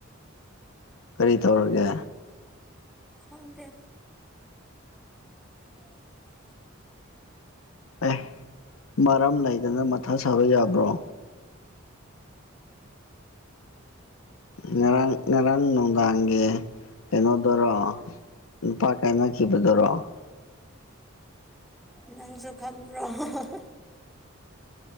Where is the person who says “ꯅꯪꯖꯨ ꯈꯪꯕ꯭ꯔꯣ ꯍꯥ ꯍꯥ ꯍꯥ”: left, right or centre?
Centre